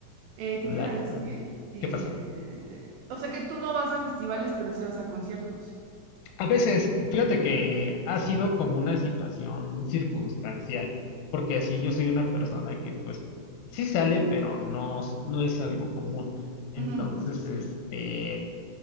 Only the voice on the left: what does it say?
Black
Flag.
¿Qué pasa?
A veces, fíjate que ha sido como una situación circunstancial, porque así yo soy una persona que pues sí sale, pero no, s- no es algo común. Entonces,
este,